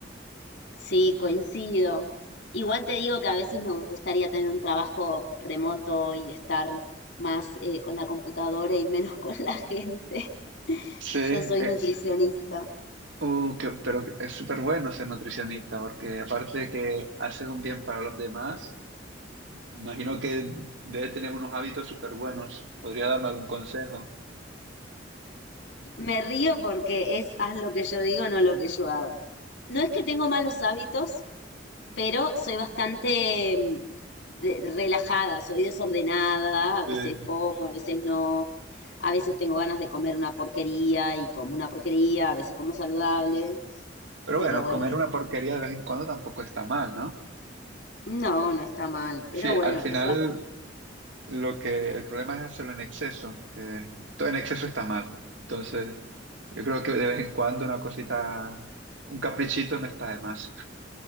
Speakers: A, on the left; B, on the right.
A: Sí, coincido. Igual te digo que a veces me gustaría tener un trabajo remoto y estar más eh, con la computadora y menos con la gente. <laughs>
B: Sí,
A: Yo
B: eh,
A: soy nutricionista.
B: uh, que- pero es súper bueno ser nutricionista porque aparte de que hace un bien para los demás, imagino que debe tener unos hábitos súper buenos. ¿Podría darme algún consejo?
A: Me río porque es haz lo que yo digo, no lo que yo hago. No es que tengo malos hábitos, pero soy bastante mm, de- relajada, soy desordenada, a veces
B: Sí.
A: como, a veces no, a veces tengo ganas de comer una porquería y como una porquería, a veces como saludable,
B: Pero
A: pero
B: bueno,
A: bueno,
B: comer una porquería de vez en cuando tampoco está mal, ¿no?
A: no, no está mal, pero
B: Sí,
A: bueno,
B: al final
A: es bastante...
B: lo que el problema es hacerlo en exceso, que todo en exceso está mal. Entonces, yo creo que de vez en cuando una cosita, un caprichito no está de más.